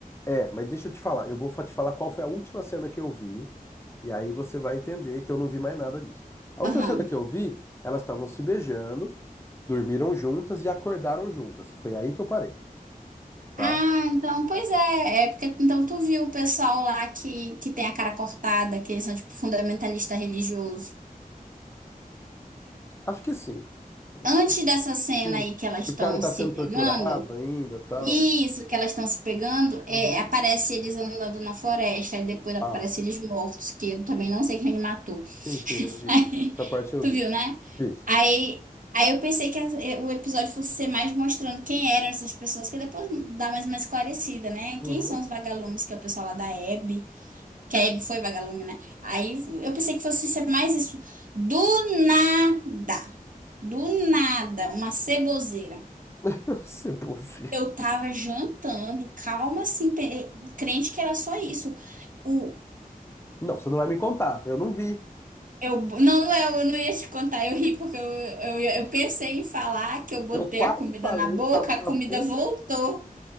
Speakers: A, on the left; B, on the right.
A: É, mas deixa eu te falar, eu vou fa- te falar qual foi a última cena que eu vi, e aí você vai entender que eu não vi mais nada disso. A última
B: Aham.
A: cena que eu vi, elas estavam se beijando, dormiram juntas e acordaram juntas. Foi aí que eu parei, tá?
B: Ah, então, pois é, é porque então tu viu o pessoal lá que, que tem a cara cortada, que eles são tipo fundamentalista religioso.
A: Acho que sim. Acho
B: Antes
A: que
B: dessa cena
A: sim.
B: aí que elas estão
A: E o cara tá
B: se
A: sendo
B: pegando,
A: torturado ainda, tal.
B: isso que elas estão se pegando, é,
A: Uhum.
B: aparece eles andando na floresta e depois aparece
A: Ah,
B: eles mortos, que eu também não sei quem matou.
A: sim, sim,
B: <laughs>
A: eu vi.
B: Aí,
A: Essa parte eu
B: tu
A: vi.
B: viu, né?
A: Vi.
B: Aí, aí eu pensei que as- eh, o episódio fosse ser mais mostrando quem eram essas pessoas, que depois dá mais uma esclarecida, né?
A: Uhum.
B: Quem são os vagalumes, que é o pessoal lá da Hebe Que a Abby foi vagalume, né? Aí eu pensei que fosse ser mais isso. Do nada. Do nada. Uma ceboseira.
A: <laughs> Ser você.
B: Eu tava jantando, calma assim, pe- crente que era só isso. O,
A: Não, você não vai me contar. Eu não vi.
B: eu, não, Léo, eu não ia te contar, eu ri porque eu, eu, eu pensei em falar que eu botei
A: Eu quase
B: a comida
A: falei,
B: na boca,
A: tava
B: a
A: na
B: comida
A: ponta.
B: voltou